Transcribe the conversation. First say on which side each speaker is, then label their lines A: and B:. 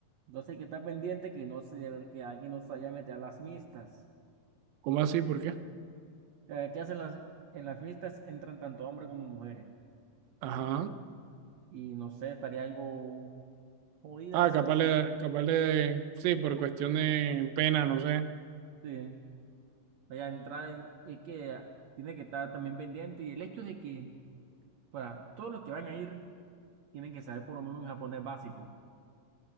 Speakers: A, on the right; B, on the right.
A: Entonces hay que estar pendiente que no se, que alguien no se vaya a meter a las mixtas.
B: ¿Cómo así? ¿Por qué?
A: Eh, ¿Qué hacen las, en las mixtas? Entran tanto hombres como mujeres.
B: Ajá.
A: Y no sé, estaría algo jodida
B: Ah,
A: la situación.
B: capaz de, capaz de, sí, por cuestión de pena, no sé.
A: Sí. Vaya a entrar en- es que tiene que estar también pendiente. Y el hecho de que para todos los que van a ir tienen que saber por lo menos un japonés básico.